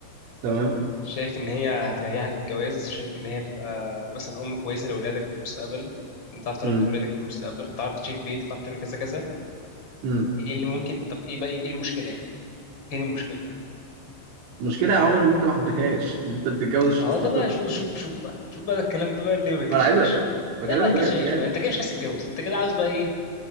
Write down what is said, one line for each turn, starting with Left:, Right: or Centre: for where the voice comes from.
Right: تمام
Left: شايف ان هي هتريحك في الجواز شايف ان هي تبقى مثلا ام كويسة لاولادك في المستقبل انت هتعرف تربي
Right: امم
Left: ولادك في المستقبل هتعرف تشيل بيت هتعرف تعمل كذا كذا
Right: امم
Left: ايه اللي ممكن طب ايه بقى ايه المشكلة يعني فين المشكلة
Right: المشكله يا عمر ان انت ما حبيتهاش ان انت بتتجوز عشان
Left: اهو
Right: تستقر
Left: ده بقى شوف شوف شوف بقى شوف بقى ده الكلام ده بقى اللي ما باكلش
Right: وانا عايز
Left: عيش
Right: أ- بكلمك
Left: ده ما باكلش
Right: بجد
Left: عيش
Right: يعني
Left: بقى انت كده مش عايز تتجوز انت كده عاوز بقى ايه